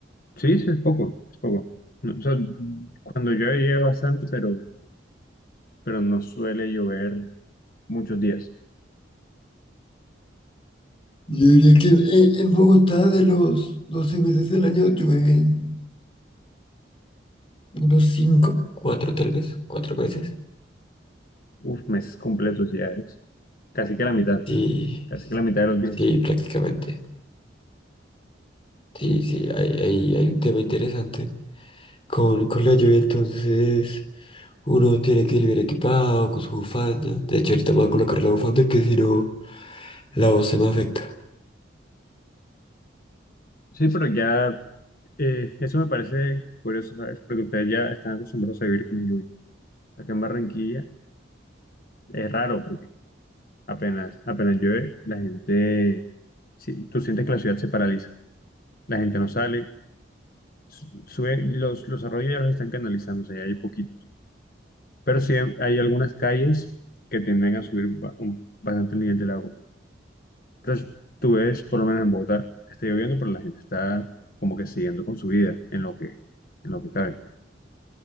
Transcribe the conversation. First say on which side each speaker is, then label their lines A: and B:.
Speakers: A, on the left; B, on the left.
A: Sí, sí, es poco, es poco. No, o sea, cuando llueve, llueve bastante, pero, pero no suele llover muchos días.
B: Yo diría que en, en Bogotá de los 12 meses del año llueven unos 5 Cuatro tal vez, cuatro meses.
A: Uf, meses completos ya es. Casi que la mitad,
B: Sí,
A: casi
B: sí,
A: que la mitad de los días.
B: sí, prácticamente. Sí,
A: Uf.
B: sí, hay, hay, hay un tema interesante con, con la lluvia, entonces uno tiene que ir bien equipado, con su bufanda. De hecho, ahorita me voy a colocar la bufanda que si no... La voz se me afecta.
A: Sí, pero ya eh, eso me parece curioso, ¿sabes? Porque ustedes ya están acostumbrados a vivir con la lluvia. Acá en Barranquilla es raro porque apenas, apenas llueve, la gente, sí, tú sientes que la ciudad se paraliza. La gente no sale, su- sube, los, los arroyos ya los están canalizando, o sea, ya hay poquitos pero sí hay algunas calles que tienden a subir ba- un- bastante el nivel del agua. Entonces, tú ves, por lo menos en Bogotá, está lloviendo, pero la gente está como que siguiendo con su vida en lo que, en lo que cabe.